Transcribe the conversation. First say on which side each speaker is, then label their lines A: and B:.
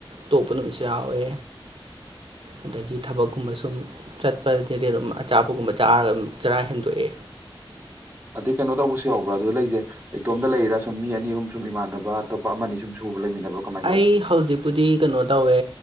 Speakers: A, on the right; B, on the right.
A: ꯇꯣꯛꯞꯄ ꯅꯨꯃꯤꯠꯁꯨ ꯌꯥꯎꯋꯦ ꯑꯗꯒꯤ ꯊꯕꯛꯀꯨꯝꯕ ꯁꯨꯝ ꯆꯠꯄꯗꯗꯤ ꯑꯗꯨꯝ ꯑꯆꯥꯕꯄꯒꯨꯝꯕ ꯆꯔꯥ ꯍꯦꯟꯗꯣꯛꯑꯦ
B: ꯑꯗꯩ ꯀꯩꯅꯣ ꯇꯧꯕꯁꯨ ꯌꯥꯎꯕ꯭ꯔꯥ ꯑꯗꯨ ꯂꯩꯖꯦ ꯑꯩ ꯏꯇꯣꯝꯗ ꯂꯩꯔꯥ ꯁꯨꯝ ꯃꯤ ꯑꯅꯤ ꯑꯍꯨꯝ ꯁꯨꯝ ꯏꯃꯥꯟꯅꯕ ꯑꯇꯣꯞꯄ ꯑꯃ ꯑꯅꯤ ꯁꯨꯝ ꯁꯨꯕ ꯂꯩꯃꯤꯟꯅꯕ꯭ꯔꯣ ꯀꯃꯥꯏꯅ
A: ꯑꯩ
B: ꯇꯧꯒꯦ
A: ꯍꯧꯖꯤꯛꯄꯨꯗꯤ ꯀꯩꯅꯣ ꯇꯧꯋꯦ